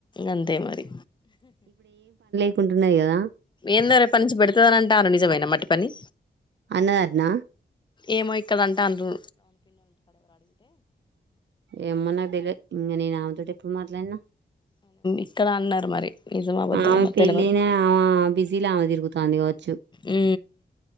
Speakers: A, on the left; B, on the right.
A: అంతే మరి
B: అప్పుకుంటున్నాయి కదా
A: ఏంద రేపనించి పెడుతుందని అంటారు నిజమైన మట్టి పని
B: అన్నడంట
A: ఏమో ఇక్కడ అంటాండ్రు
B: ఏమ నాకు తెలిదీ ఇంకా నేను ఆమెతో ఎప్పుడు మాట్లాడినా
A: ఇక్కడ అన్నారు మరి నిజమో అబద్దమో
B: అమె
A: మరి
B: పిళ్లిన
A: తెలవదు
B: ఆమె బిజీలో ఆమె తిరుగుతోంది వచ్చు
A: ఊ